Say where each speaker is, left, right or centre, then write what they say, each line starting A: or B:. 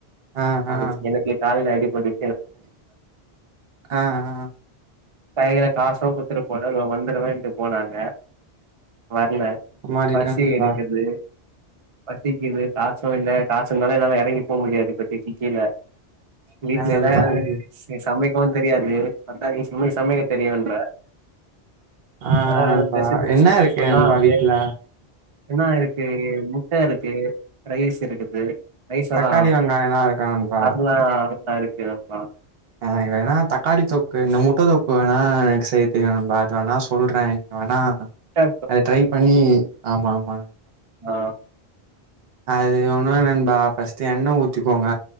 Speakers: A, on the right (about 65°); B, on the right (about 45°).
A: அ ஆ
B: என் எனக்கு கால்ல அடி பெடி
A: ஆ ஆ
B: கைகல காசு குத்துருப் <unintelligible> வந்துருவன்ட்டு போனாங்க வரல
A: மாறிட்டே
B: பசி
A: நண்பா
B: எடுக்குது பசிக்குது காசு இல்ல காசு இருந்தாலு என்னால இறங்கி போ முடியாது இப்பத்திக்கி கீழ
A: என்ன
B: வீட்ல
A: நண்பா
B: ஏதா
A: இது
B: ஸ் சமைக்கவு தெரியாது அதா நீ <unintelligible> சமையக்க தெரியுன்ற
A: ஆ
B: <unintelligible>
A: நண்பா என்ன இருக்கு நண்பா வீட்ல
B: என்னா இருக்கு முட்ட இருக் <unintelligible> ரைஸ் இருக்குது ரைஸ் சோதா
A: தக்காளி வெங்காயல்லா இருக்கா நண்பா
B: <unintelligible> டருக்கு நண்பா
A: ஆ வேணா தக்காளி தொக்கு இந்த முட்ட தொக்கு வேணா எனக்கு செய்ய தெரியு அது வேணா சொல்றே நீங்க வேணா அ
B: முட்ட
A: அத ட்ரை பண்ணி ஆமா ஆமா
B: ஆஹ்
A: அது ஒண்ணுல்ல நண்பா பஸ்ட்டு எண்ண ஊத்திக்கோங்க